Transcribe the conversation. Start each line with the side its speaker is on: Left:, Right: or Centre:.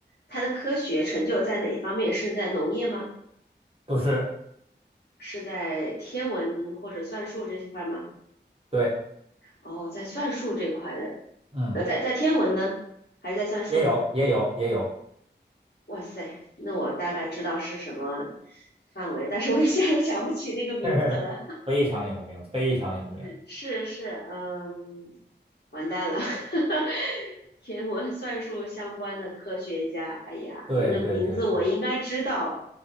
Left: 他的科学成就在哪方面？是在农业吗？
Right: 不是，
Left: 是在天文或者算术这一块吗？
Right: 对，
Left: 哦，在算术这块的，
Right: 嗯，
Left: 呃，在在天文呢，还是在算术呢？
Right: 也有也有也有，
Left: 哇塞，那我大概知道是什么范围，但是我一下子想不起那个名字了。
Right: <laughs> 非常有名，非常有名。
Left: 是是，嗯，完蛋了，<laughs> 天文算术相关的科学家，哎呀，
Right: 对对对对，
Left: 那个名字我应该知道，